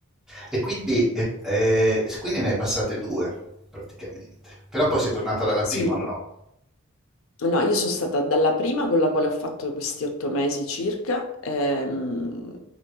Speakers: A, in the centre; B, on the left.
A: E quindi, e- e- quindi ne hai passate due, praticamente. Però poi sei tornata dalla
B: Sì,
A: prima,
B: ma...
A: o no?
B: No, io sono stata dalla prima con la quale ho fatto questi otto mesi circa. ehm,